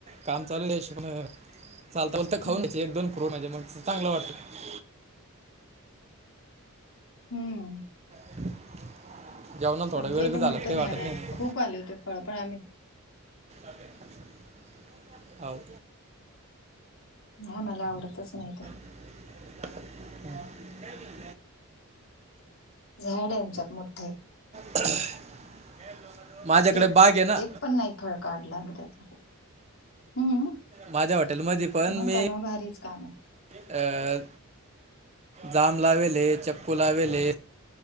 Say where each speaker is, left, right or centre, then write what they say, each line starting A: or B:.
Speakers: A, on the right; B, on the left.
A: काम चालू आय त्या हिशोबन चालता बोलता खाऊ
B: हम्म
A: घ्यायचे एक दोन फ्रुट म्हणजे म्हणजे मग चांगलं वाटतं.
B: हम्म.
A: <inaudible> जेवणा थोडा
B: आमच्या
A: वेळ
B: इथे
A: बी
B: मोठं
A: झाला तर काय
B: झाड
A: वाटत
B: आहे
A: नाय म.
B: खूप आले होते फळ पण आम्ही
A: <inaudible> हाव.
B: आमाला आवडतच नाय ते.
A: <inaudible>
B: झाड आय आमच्यात मोठं.
A: <inaudible> माझ्याकड
B: एक
A: बाग ए ना.
B: एक पण नाही फळ काढला आम्ही त्याचा हम्म
A: माझ्या हॉटेल मध्ये पण
B: मग
A: मी
B: काय मग भारीच काम आहे
A: अ जाम लावेले चक्कू लावेले